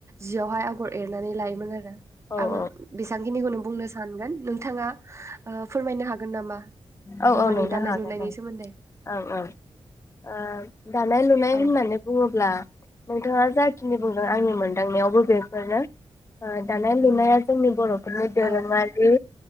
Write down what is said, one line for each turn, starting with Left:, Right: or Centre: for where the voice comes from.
Right: जियावहाय आ आगर एरनानै लायोमोन आरो।
Left: औ औ
Right: आं बेसेबां खिनिखौ बुंनो सानगोन। नोंथाङा फोरमायनो हागोन। गोन नामा?
Left: औ
Right: बर'नि
Left: -औ नोंथां
Right: दानाय
Left: हागोन
Right: लुनायनि
Left: औ
Right: सोमोन्दै
Left: औ- औ ओ दानाय लुनाय
Right: औ
Left: होननानै बुङोब्ला नोंथाङा जाखिनि बुंदों आंनि मोनदांनायावबो बेफोरनो ।ओ दानाय लुनाया जोंनि बर' <unintelligible> दोरोङारि
Right: औ